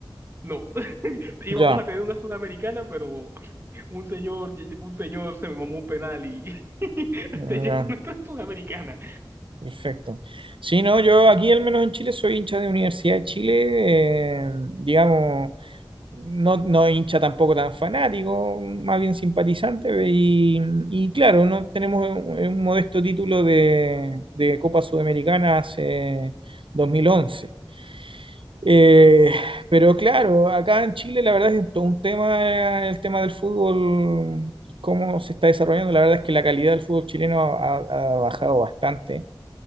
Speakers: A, on the right; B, on the right.
A: no. <laughs> Íbamos
B: Ya,
A: a tener una sudamericana, pero un señor, un señor se me mamó un penal y <laughs> hasta
B: ya.
A: llegó nuestra sudamericana.
B: Perfecto. Sí, no, yo aquí al menos en Chile soy hincha de Universidad de Chile, eh, digamos, no, no hincha tampoco tan fanático, más bien simpatizante, y, y claro, no tenemos un, un modesto título de, de Copa Sudamericana hace 2011. Eh, pero claro, acá en Chile la verdad es que todo un tema, eh, el tema del fútbol, cómo se está desarrollando, la verdad es que la calidad del fútbol chileno ha ha bajado bastante